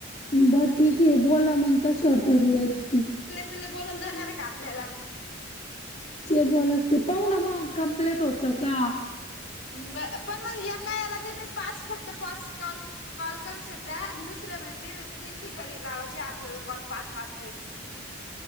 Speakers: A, on the left; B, on the left.
A: बर ठीक आहे बोला मंग कशर तरी वैठीक.
B: आप बोलून जाणार आहे का आपल्याला
A: चे बोल असते पाह ना मग कमप्लेट होतं का?
B: ब पण मग या काय याला ते मी पाच फक्त पास कल. कॉल करू शकता दुसर्या मिळतील तीन ठिकाणी लावायचे आपल्याला कॉल पाच पाच वैस